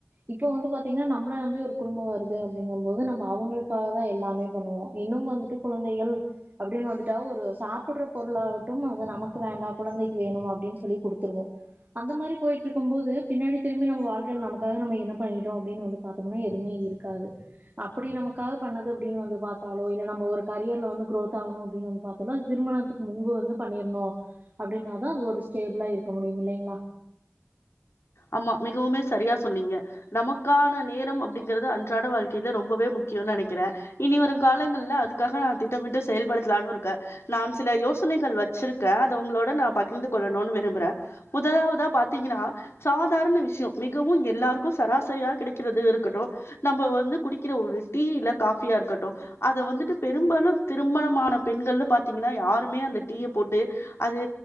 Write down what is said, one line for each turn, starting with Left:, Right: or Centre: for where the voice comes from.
Right: இப்போ வந்து பாத்தீங்கன்னா நம்பள நம்பி ஒரு குடும்போ வருது அப்டிங்கும்போது நம்ம அவுங்களுக்காகதா எல்லாமே பண்ணுவோ இன்னும் வந்துட்டு குழந்தைகள் அப்டின்னு வந்துட்டா ஒரு சாப்படுற பொருளா ஆகட்டும் வந்து நமக்கு வேண்டா குழந்தைக்கு வேணும் அப்டின்னு சொல்லி குடுத்துருவோ அந்த மாரி போயிட்ருக்கும் போது பின்னாடி திரும்பி நம்ம வாழ்க்கைல நமக்காக நம்ம என்ன பண்ணிட்டோ அப்டின்னு வந்து பாத்தோம்னா எதுமே இருக்காது அப்டி நமக்காக பண்ணது அப்டின்னு வந்து பாத்தாலோ இல்ல நம்ம ஒரு கரியர்ல வந்து குரோத் ஆகணு அப்டின்னு வந்து பாத்தாலோ அது திருமணத்துக்கு முன்பு வந்து பண்ணிருந்தோ அப்டின்னாதா அது ஒரு ஸ்டேபிளா இருக்க முடியும் இல்லைங்களா
Left: ஆமா மிகவுமே சரியா சொன்னீங்க நமக்கான நேரம் அப்டிங்கறது அன்றாட வாழ்க்கையில ரொம்பவே முக்கியம்னு நனக்கிறே இனி வரும் காலங்கள்ல அதுக்காக நா திட்டமிட்டு செயல்படுத்தலானு இருக்கே நான் சில யோசனைகள் வச்சிருக்கே அத உங்களோட நா பகிர்ந்து கொள்ளணுன்னு விரும்புறே முதலாவதா பாத் த்தீங்கன்னா சாதாரண விசயோ மிகவு எல்லாருக்கு சராசரியா கிடைக்கிறது இருக்கட்டு நம்ம வந்து குடிக்கிற ஒரு டீ இல்ல காஃபியா இருக்கட்டு அத வந்துட்டு பெரும்பாலு திருமணமான பெண்கள்னு பாத்தீங்கன்னா யாருமே அந்த டீய போட்டு அது